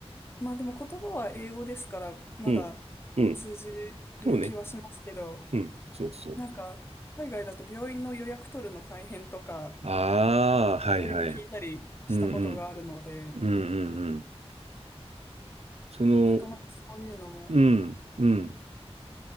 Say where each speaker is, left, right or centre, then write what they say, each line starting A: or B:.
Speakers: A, on the left; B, on the right.
A: まあでも言葉は英語ですから、まだ通じる気はしますけど、
B: うん。うん。そうね。うん。そうそう。
A: なんか、海外だと病院の予約取るの大変とか、
B: ああ、はいはい。
A: いろいろ聞いたりしたことがあるので、
B: うんうん。うんうんうん。その、
A: なかなかそういうのも、
B: うん、うん。